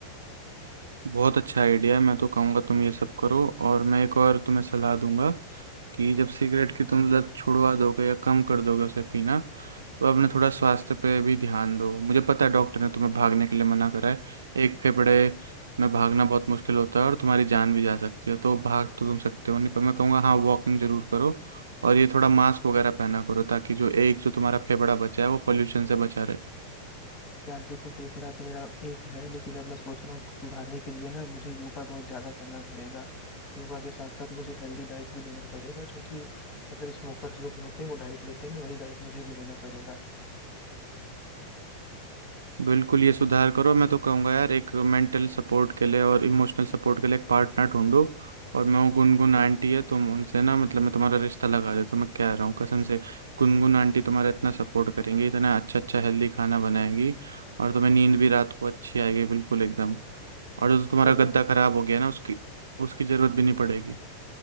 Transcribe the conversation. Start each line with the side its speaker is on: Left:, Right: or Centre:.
Right: बहुत अच्छा आइडिया है मैं तो कहूँगा तुम ये सब करो और मैं एक और तुम्हें सलाह दूंगा कि जब सिगरेट की तुम लत छुड़वा दोगे या कम कर दोगे उसे पीना तो अपने थोड़ा स्वास्थ्य पे भी ध्यान दो मुझे पता है डॉक्टर ने तुम्हें भागने के लिए मना करा है एक फेफड़े में भागना बहुत मुश्किल होता है और तुम्हारी जान भी जा सकती है तो भाग तो तुम सकते हो नहीं पर मैं कहूँगा हाँ वॉकिंग जरूर करो और ये थोड़ा मास्क वगैरह पहना करो ताकि जो एक जो तुम्हारा फेफड़ा बचा है वो पोल्यूशन से बचा रहे
Left: यार देखो फेफड़ा तो मेरा एक है लेकिन अब मैं सोच रहा हूँ उसको सुधारने के लिए ना मुझे योगा बहुत ज्यादा करना पड़ेगा योगा के साथ साथ मुझे हेल्दी डाइट भी लेना पड़ेगा जो कि मतलब स्मोकर्स जो होते हैं वो डाइट लेते हैं ना वही डाइट मुझे भी लेना पड़ेगा
Right: बिल्कुल ये सुधार करो मैं तो कहूँगा यार एक मेंटल सपोर्ट के लिए और इमोशनल सपोर्ट के लिए एक पार्टनर ढूंढो और मैं वो गुनगुन आंटी है तुम उनसे ना मतलब मैं तुम्हारा रिश्ता लगा देता हूँ मैं कह रहा हूँ कसम से गुनगुन आंटी तुम्हारा इतना सपोर्ट करेंगी इतना अच्छा अच्छा हेल्दी खाना बनाएगी और तुम्हें नींद भी रात को अच्छी आएगी बिल्कुल एकदम और जो तुम्हारा
Left: चलो
Right: गद्दा
Left: यार
Right: खराब हो गया ना उसकी उसकी जरूरत भी नहीं पड़ेगी